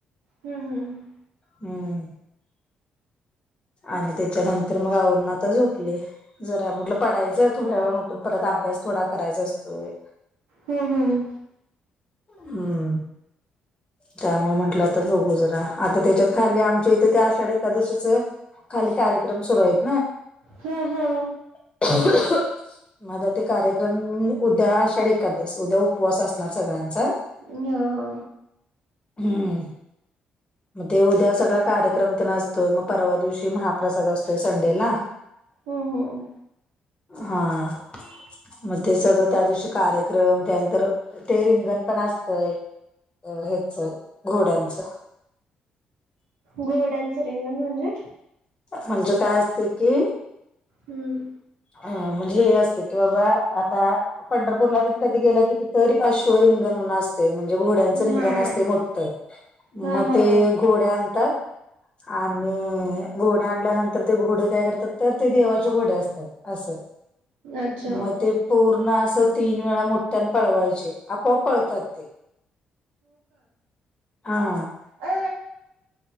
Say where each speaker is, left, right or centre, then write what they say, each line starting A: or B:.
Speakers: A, on the right; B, on the left.
A: हम्म हम्म
B: हम्म! आणि त्याच्यानंतर मग आवरून आता झोपले जरा म्हटलं पडायचं थोड्या वेळ उठून परत अभ्यास थोडा करायचा असतोय.
A: हम्म हम्म!
B: हम्म! त्यामुळं म्हटलं आता बघू जरा आता त्याच्यात खाली आमच्या इथं ते आषाढ एकादशीच खाली कार्यक्रम सुरू आहे.
A: हा हा!
B: <inaudible> माझा ते कार्यक्रम उद्या आषाढी एकादस उद्या उपवास असणार सगळ्यांचा
A: हम्म हा हा!
B: हम्म! म ते उद्या सगळा कार्यक्रम ते असतोय मग परवा दिवशी महाप्रसाद अस तोय संडेला
A: हम्म हम्म
B: हा. मग ते सगळं त्या दिवशी कार्यक्रम त्यानंतर ते रिंगण पण असतंय. अ हेच घोड्यांचं.
A: घोड्यांचं रिंगण म्हणजे?
B: म्हणजे काय असते की
A: हम्म!
B: अ म्हणजे हे असते की बाबा आता पंढरपूरला पण कधी गेला किती तरी अश्व रिंगन म्हणून असत ते म्हणजे घोड्यांचं रिंगण
A: हा हा
B: असतय मोठतं
A: हा
B: मग
A: हा
B: ते घोडे आणतात. आणि घोडे आणल्यानंतर ते घोडे काय करतात तर ते देवाचे घोडे असतात. असं
A: अच्छा
B: मग ते पूर्ण अस तीन वेळा मोठ्यान पळवायचे आपोआप पळतात ते हा!
A: अ!